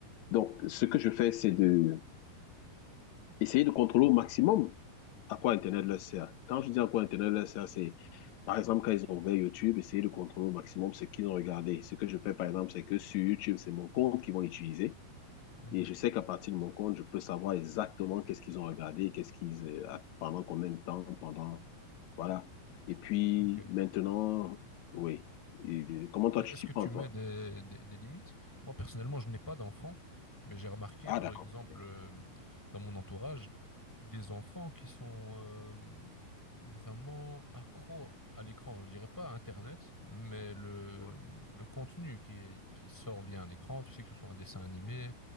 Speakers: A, on the left; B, in the centre.
A: Donc, ce que je fais, c'est de essayer de contrôler au maximum à quoi Internet leur sert. Quand je dis à quoi Internet leur sert, c'est, par exemple, quand ils ont ouvert YouTube, essayer de contrôler au maximum ce qu'ils ont regardé. Ce que je fais, par exemple, c'est que sur YouTube, c'est mon compte qu'ils vont utiliser.
B: mhm,
A: Et
B: mhm.
A: je sais qu'à partir de mon compte, je peux savoir exactement qu'est-ce qu'ils ont regardé, qu'est-ce qu'ils, euh, pendant combien de temps, pendant, voilà. Et puis,
B: Ok.
A: maintenant, oui. Et comment toi,
B: Mais
A: tu
B: est-ce
A: t'y
B: que
A: prends,
B: tu
A: toi?
B: mets des, des- des limites? Moi, personnellement, je n'ai pas d'enfants, mais j'ai remarqué,
A: Ah,
B: par
A: d'accord.
B: exemple,
A: Ok.
B: euh, dans mon entourage, des enfants qui sont euh, vraiment accros à l'écran. Je dirais pas à Internet, mais le,
A: Ouais,
B: le contenu qui est- qui sort via un écran, tu sais que ce soit un dessin animé,